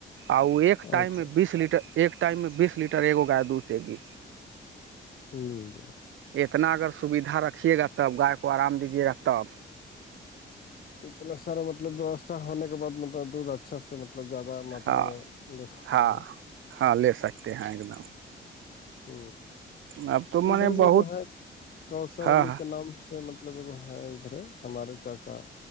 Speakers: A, on the right; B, on the left.
A: آ وہ ایک ٹائم
B: اچھا
A: ایک ٹائم میں بیس لیٹر ایک گائے دودتےے گی
B: نہیں جا
A: اتنا اگر سویدھا رکھیے گا تب گائے کو آرام دیجیے گا تب
B: اتنا سارا مطلب ویوستھا ہونے کے بع مطلب دودھ اچھا اچھا سے مطلب زیادہ ماترا
A: ہاں
B: میں لے سکتے
A: ہاں
B: ہیں
A: ہاں لے سکتے ہیں ایک دم
B: ہ
A: اب تو میں
B: ادھر
A: نے
B: بھی
A: بہت
B: ایک ہے کوثر
A: ہاں
B: علی
A: ہاں
B: کا نام مطلب ہے ادھرے ہمارے چاچا